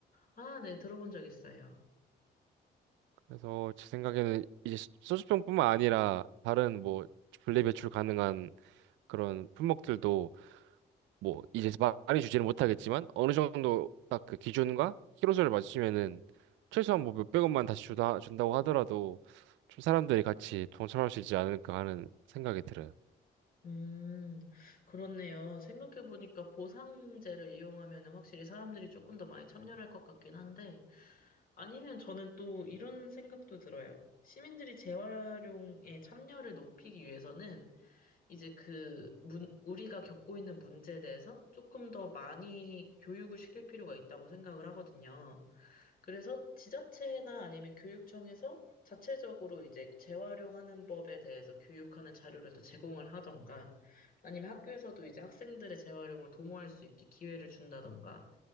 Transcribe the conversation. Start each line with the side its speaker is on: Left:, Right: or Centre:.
Left: 아, 네. 들어본 적 있어요.
Right: 그래서 제 생각에는 이제 소- 소주병뿐만 아니라 다른 뭐 분리 배출 가능한 그런 품목들도 뭐 이제 마- 많이 주지는 못하겠지만 어느 정도 딱 그 기준과 키로수를 맞추면은 최소한 뭐 몇백 원만 다시 주다 준다고 하더라도 좀 사람들이 같이 동참할 수 있지 않을까 하는 생각이 들어요.
Left: 음, 그렇네요. 생각해보니까 보상제를 이용하면 확실히 사람들이 조금 더 많이 참여할 것 같긴 한데, 아니면 저는 또 이런 생각도 들어요. 시민들이 재활용에 참여를 높이기 위해서는 이제 그 문, 우리가 겪고 있는 문제에 대해서 조금 더 많이 교육을 시킬 필요가 있다고 생각을 하거든요. 그래서 지자체나 아니면 교육청에서 자체적으로 이제 재활용하는 법에 대해서 교육하는 자료를 더 제공을 하던가 아니면 학교에서도 이제 학생들의 재활용을 도모할 수 있게 기회를 준다던가